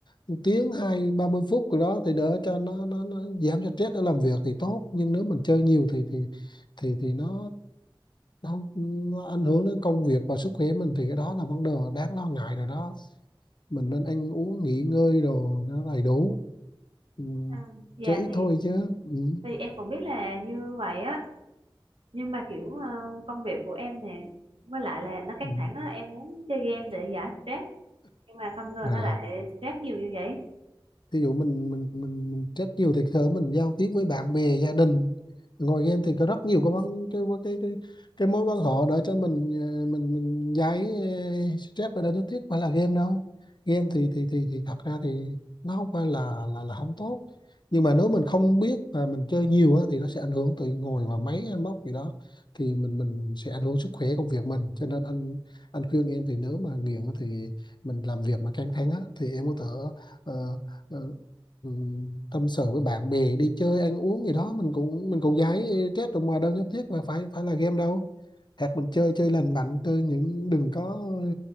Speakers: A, on the left (about 55°); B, on the right (about 85°).
A: một tiếng hai ba mươi phút rồi đó thì đỡ cho nó nó nó giảm cho stress ở làm việc thì tốt nhưng nếu mình chơi nhiều thì thì thì thì nó nó không nó ảnh hưởng đến công việc và sức khỏe mình thì cái đó là vấn đề đáng lo ngại rồi đó mình nên ăn uống nghỉ ngơi đồ nó đầy đủ ừ.
B: À, dạ
A: chơi ít
B: thì
A: thôi chứ ừ.
B: thì em cũng biết là như vậy á nhưng mà kiểu ờ, công việc của em nè với lại là nó căng
A: Ừ.
B: thẳng á em muốn chơi game để giải stress nhưng mà không ngờ
A: à
B: nó lại stress nhiều như vậy
A: thí dụ mình mình mình, mình stress nhiều thì thở mình giao tiếp với bạn bè gia đình ngồi game thì có rất nhiều cái vấn cái cái cái, cái mối quan họ để cho mình ờ, mình mình giải ờ, stress và đâu nhất thiết phải là game đâu game thì thì thì thì thật ra thì nó không phải là là là không tốt nhưng mà nếu mình không biết và mình chơi nhiều á, thì nó sẽ ảnh hưởng từ ngồi vào máy hay móc gì đó thì mình mình sẽ ảnh hưởng sức khỏe công việc mình cho nên anh anh khuyên em thì nếu mà nghiện á thì mình làm việc mà căng thẳng á, thì em có thể ờ, ừ, ừ, tâm sự với bạn bè đi chơi ăn uống gì đó mình cũng mình cũng giải stress rồi mà đâu nhất thiết mà phải phải là game đâu hoặc mình chơi chơi lành mạnh chơi những đừng có ừ,